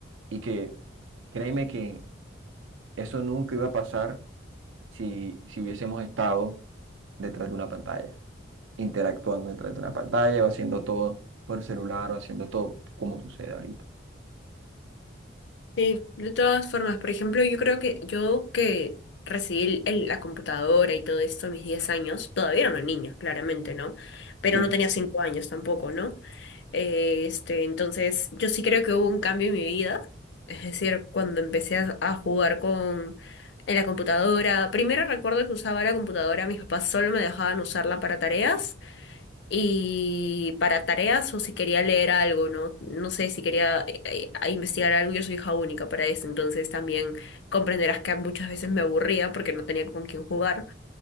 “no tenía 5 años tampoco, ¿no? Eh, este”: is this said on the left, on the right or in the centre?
Left